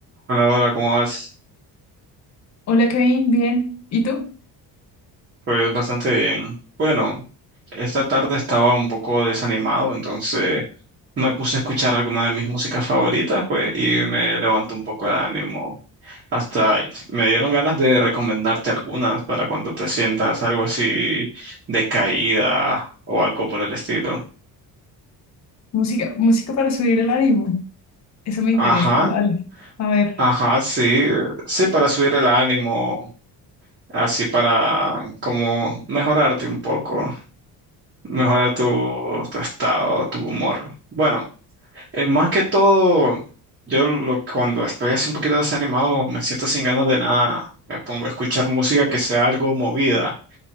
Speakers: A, on the right (about 30°); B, on the left (about 45°).
A: Hola, hola, ¿cómo vas?
B: Hola Kevin, bien. ¿Y tú?
A: Pues bastante bien. Bueno, esta tarde estaba un poco desanimado, entonces me puse a escuchar alguna de mis músicas favoritas, pues, y me levantó un poco el ánimo. Hasta me dieron ganas de recomendarte algunas para cuando te sientas algo así decaída o algo por el estilo.
B: Música, música para subir el ánimo. Eso me interesa.
A: Ajá,
B: Dale. A ver.
A: ajá, sí, sí, para subir el ánimo, así para como mejorarte un poco. mejorar tu, tu estado, tu humor. Bueno, eh, más que todo, yo lo, cuando estoy así un poquito desanimado, me siento sin ganas de nada, me pongo a escuchar música que sea algo movida.